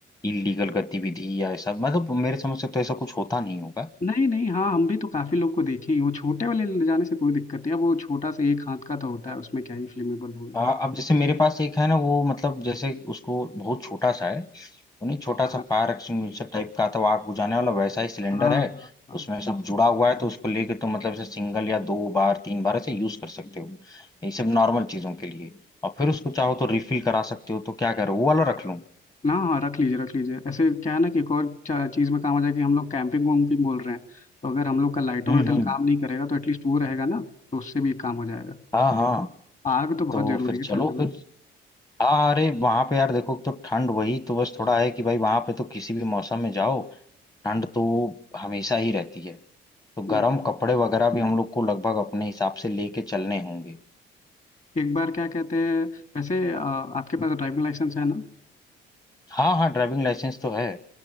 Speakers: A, on the left (about 20°); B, on the left (about 40°).
A: इलीगल गतिविधि या ऐसा मतलब मेरे समझ से तो ऐसा कुछ होता नहीं होगा
B: नहीं नहीं हाँ हम भी तो काफी लोग को देखे ही हैं। वो छोटे वाले ले जाने से कोई दिक्कत नहीं है वो छोटा सा एक हाथ का तो होता है उसमें क्या ही फ्लेमेबल होगा
A: आ, अब जैसे मेरे पास एक है ना वो मतलब जैसे उसको बहुत छोटा सा है वो नहीं छोटा सा
B: हाँ
A: फायर एक्सटिंग्विशर टाइप का आता है, वो आग बुझाने वाला वैसा ही सिलेंडर
B: हाँ
A: है
B: हाँ हाँ
A: उसमें सब जुड़ा हुआ है तो उसको लेके तो मतलब ऐसे सिंगल या दो बार तीन बार ऐसे यूज कर सकते हो ये सब नॉर्मल चीजों के लिए और फिर उसको चाहो तो रिफिल करा सकते हो तो क्या करो वो वाला रख लूं
B: ना हाँ रख लीजिए रख लीजिए ऐसे क्या है ना कि एक और चीज़ में काम आ जाए कि हम लोग कैंपिंग वैम्पिंग बोल रहे हैं तो अगर हम लोग का लाइटर
A: हम्म
B: वाइटर
A: हम्म
B: काम नहीं करेगा तो एटलीस्ट वो रहेगा ना तो उससे भी काम हो जाएगा
A: हाँ हाँ
B: आग तो
A: तो
B: बहुत जरूरी
A: फिर चलो
B: है ठंड
A: फिर हाँ अरे वहां पे यार देखो तो ठंड वही तो बस थोड़ा है कि भाई वहां पे तो किसी भी मौसम में जाओ ठंड तो हमेशा ही रहती है तो गर्म
B: में
A: कपड़े वगैरह भी हम लोग को लगभग अपने हिसाब से लेके चलने होंगे
B: एक बार क्या कहते हैं वैसे अ, आपके पास ड्राइविंग लाइसेंस है ना
A: हाँ हाँ ड्राइविंग लाइसेंस तो है